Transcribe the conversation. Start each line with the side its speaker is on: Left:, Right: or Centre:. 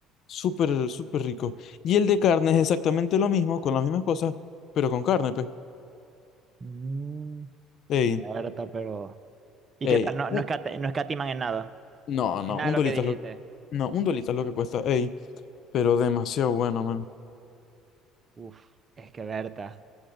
Left: Súper, súper rico. Y el de carne es exactamente lo mismo, con las mismas cosas, pero con carne, pues.
Right: Mm,
Left: Ey,
Right: Berta, pero. ¿Y
Left: ey.
Right: qué tal? No,
Left: Un-
Right: no, escate- no escatiman en nada.
Left: No, no,
Right: En nada
Left: un
Right: de lo
Left: dolito
Right: que dijiste.
Left: es lo que... No, un dolito es lo que cuesta, ey, pero
Right: Uf,
Left: demasiado bueno, man.
Right: uf, es que Berta.